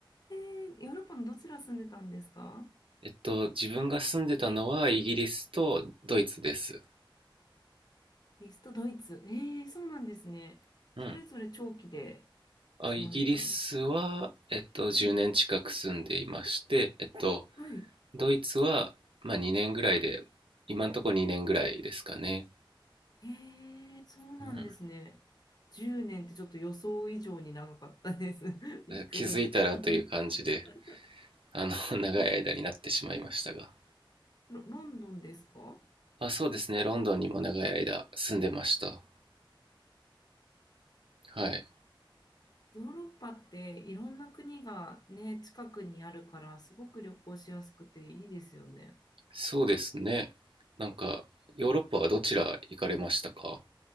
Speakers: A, on the left; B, on the right.
A: えー、ヨーロッパのどちら住んでたんですか
B: えっと自分が住んでたのはイギリスとドイツです。
A: リスト、ドイツ。えー、そうなんですね。
B: うん。
A: それぞれ長期で
B: あ、
A: 住まれてたんですか
B: イギリスはえっと10年近く住んでいまして、
A: はい、
B: えっと
A: はい。
B: ドイツはまあ2年ぐらいで今んとこ2年ぐらいですかね。
A: へえ、そうなんですね。
B: うん。
A: 10年ってちょっと予想以上に長かったです。<laughs> びっくりした。
B: 気づいたらという感じで
A: <laughs>
B: あの <laughs> 長い間になってしまいましたが。
A: え、ロ、ロンドンですか
B: あ、そうですね。ロンドンにも長い間住んでました。はい。
A: ヨーロッパっていろんな国がね、近くにあるからすごく旅行しやすくていいですよね。
B: そうですね。なんか、ヨーロッパはどちら行かれましたか